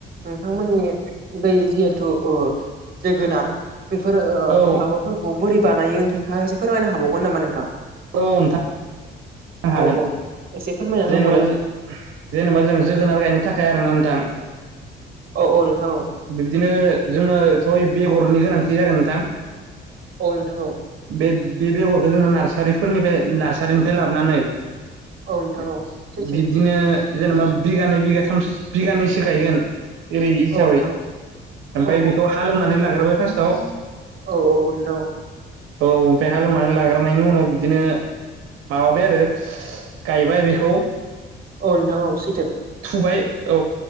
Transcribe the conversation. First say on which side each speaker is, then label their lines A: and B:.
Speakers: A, on the right (about 50°); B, on the right (about 85°).
A: नोंथांमोननि बै जिहेथु ओ जे गोनार बेफोर ओं
B: औ
A: माबाफोरखौ बोरै बानायो नोंथाङा एसे फोरमायनो हाबावगोन नामा नोंथां?
B: औ नोंथां। हागोन
A: औ औ एसे फोरमायना होबावलाय
B: जेनेबा जों जेनेबा जों जोगोनार गायनो थाखाय आरोना नोंथां
A: औ
B: <inaudible>
A: औ नोंथां औ
B: बिब्दिनो जोंनोथ' बेगरनि गोनांथि जागोन नोंथां
A: औ‌ नोंथां औ
B: बे बे बेगरखौ जोङो नार्सारिफोरनिफ्राय नार्सारिनिफ्राय लाबोनानै <inaudible>
A: औ नोंथां औ सैथो
B: बिब्दिनो जेनेबा बिगानै बिगाथाम बिगानैसो गायगोन बेबादि हिसाबै
A: औ नोंथां औ
B: ओमफ्राय
A: औ
B: बेखौ हालेवनानै लाग्रोबाय फार्स्टआव
A: औ औ नंगौ नोंथां औ
B: औ ओमफ्राय हालेवनानै लाग्रोनायनि उनाव बिदिनो माबाबाय आरो गायबाय बेखौ
A: औ नोंथां औ सैथो
B: थुबाय औ